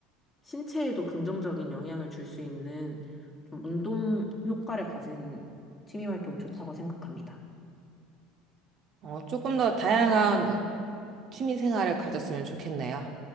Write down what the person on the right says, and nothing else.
어, 조금 더 다양한 취미 생활을 가졌으면 좋겠네요.